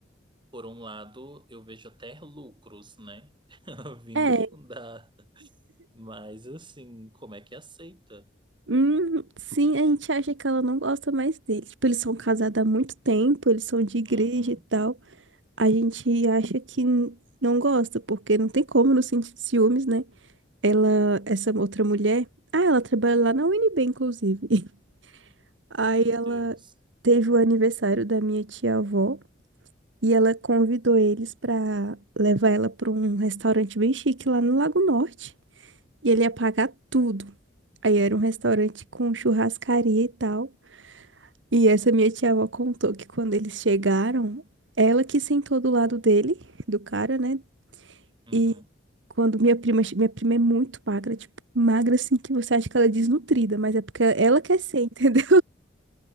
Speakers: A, on the right (about 25°); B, on the right (about 75°).
A: por um lado, eu vejo até lucros, né? <laughs> Vindo
B: É,
A: da. Mas, assim, como é que aceita?
B: Hum, sim, a gente acha que ela não gosta mais dele. Tipo, eles são casados há muito tempo, eles são de igreja
A: Uhum,
B: e tal. A gente acha que n- não gosta, porque não tem como não sentir ciúmes, né? Ela, essa outra mulher, ah, ela trabalha lá na UNB, inclusive. <laughs> Aí
A: meu
B: ela
A: Deus.
B: teve o aniversário da minha tia-avó e ela convidou eles pra levar ela pra um restaurante bem chique lá no Lago Norte. E ele ia pagar tudo. Aí era um restaurante com churrascaria e tal. E essa minha tia-avó contou que quando eles chegaram, ela que sentou do lado dele, do cara, né?
A: Uhum.
B: E quando minha prima, minha prima é muito magra, tipo, magra assim que você acha que ela é desnutrida, mas é porque ela quer ser, <laughs> entendeu?